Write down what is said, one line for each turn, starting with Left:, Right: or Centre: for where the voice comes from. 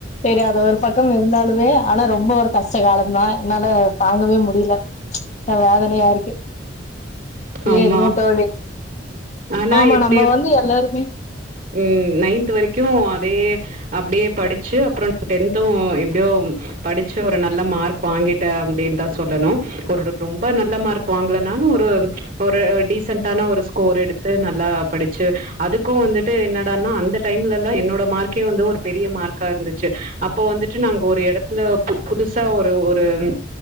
Left: சேரி அது ஒரு பக்கம் இருந்தாலுமே ஆனா ரொம்ப ஒரு கஷ்ட காலந்தா என்னால தாங்கவே முடியல அ வேதனையா இருக்கு சேரிங்க
Right: ஆமா.
Left: தோழி
Right: ஆனா
Left: ஆமா
Right: எப்படி
Left: நம்ப வந்து எல்லாருக்குமே
Right: ம் நைன்த்து வரைக்கு அதே அப்டியே படிச்சு அப்றோ டென்த்து எப்டியோ படிச்சு ஒரு நல்ல மார்க் வாங்கிட்டே அப்டின் தா சொல்லணு ஒரு ரொம்ப நல்ல மார்க் வாங்கலனாலு ஒரு ஒரு டீசண்டான ஒரு ஸ்கோர் எடுத்து நல்லா படிச்சு அதுக்கு வந்துட் டு என்னடானா அந்த டைம்லல்லா என்னோட மார்க்கே வந்து ஒரு பெரிய மார்க்கா இருந்துச்சு அப்போ வந்துட்டு நாங்க ஒரு எடத்துல பு புதுசா ஒரு ஒரு ம்